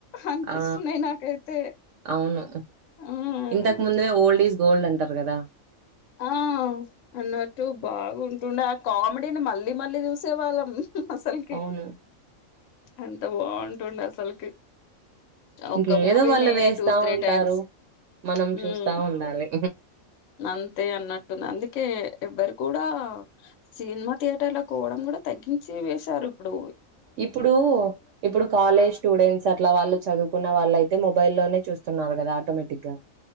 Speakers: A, on the left; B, on the right.
A: అనిపిస్తున్నాయి.
B: ఆ
A: నాకైతే
B: అవును
A: మ్మ్
B: ఇంతకు ముందునే ఓల్డ్ ఈజ్ గోల్డ్ అంటారు కదా
A: ఆ అన్నట్టు బాగుంటుండే ఆ కామెడీని మళ్ళీ మళ్ళీ చూసేవాళ్ళం అసలుకి
B: అవును
A: ఏంత బాగుంటుండే అసలుకి
B: ఇంకేదో
A: ఒక్క మూవీని
B: వాళ్ళు వేస్తా
A: టూ త్రీ
B: ఉంటారు
A: టైమ్స్
B: మనం
A: హ్
B: చూస్తా ఉండాలి
A: అంతే అన్నట్టుంది అందుకే ఎవ్వరు కూడా సినిమా థియేటర్ లకు పోవడం కూడా తగ్గించేస్ సారీప్పుడు
B: ఇప్పుడు ఇప్పుడు కాలేజ్ స్టూడెంట్స్ అట్లా వాళ్ళు చదువుకున్న వాళ్ళ అయితే ము మొబైలోనే చూస్తున్నారు కదా ఆటోమేటిక్ గా